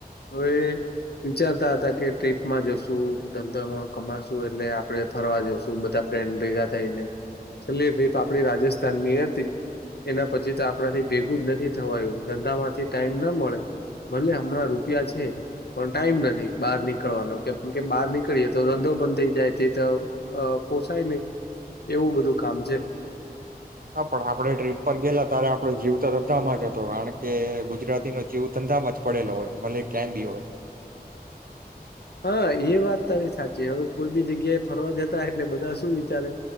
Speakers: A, on the left; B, on the right.
A: હવે વિચારતા હતા કે ટ્રીપમાં જશું ધંધામાં કમાશું એટલે આપણે ફરવા જશું બધા ફ્રેન્ડ ભેગા થઈને છેલ્લી ટ્રીપ આપડી રાજસ્થાનની હતી એના પછી તો આપણાથી ભેગું જ નથી થવાયું ધંધામાંથી ટાઈમ ના મળે ભલે હમણાં રૂપિયા છે પણ ટાઈમ નથી બહાર નીકળવાનો કેમ કે બહાર નીકળીએ તો ધંધો બંધ થઇ જાય તે તો પોસાય નહી એવું બધું કામ છે.
B: હા પણ આપડણે ટ્રીપ પર ગેલા ત્યારે આપડો જીવ તો બધામાં જ હતો કારણ કે કે ગુજરાતી ન જેવુ ધંધામાં જ પડેલો હોય મલે ક્યાં બી હોય
A: હા એ વાત તારી સાચી હવે કોઈ બી જગ્યા એ ફરવા જતા એટલે બધા શું વિચારે